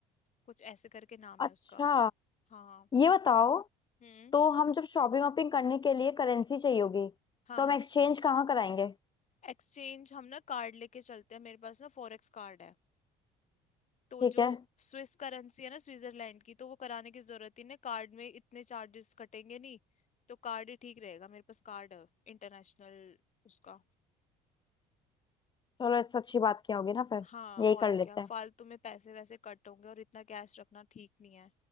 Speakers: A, on the left; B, on the left.
A: कुछ ऐसे करके नाम
B: अच्छा
A: है उसका हाँ
B: ये बताओ
A: हम्म
B: तो हम जब शॉपिंग वॉपिंग करने के लिए करेंसी चाहिए होगी
A: हाँ
B: तो हम एक्सचेंज कहाँ कराएंगे
A: एक्सचेंज हम ना कार्ड लेके चलते हैं मेरे पास ना फॉरेक्स कार्ड है तो
B: ठीक
A: जो
B: है
A: स्विस करेंसी है ना स्विट्जरलैंड की तो वो कराने की जरूरत ही नहीं कार्ड में इतने चार्जेस कटेंगे नहीं तो कार्ड ही ठीक रहेगा मेरे पास कार्ड है इंटरनेशनल उसका
B: चलो इससे अच्छी बात क्या होगी ना फिर
A: हाँ
B: यही
A: और
B: कर लेते
A: क्या फालतू
B: हैं
A: में पैसे वैसे कट होंगे और इतना कैश रखना ठीक नहीं है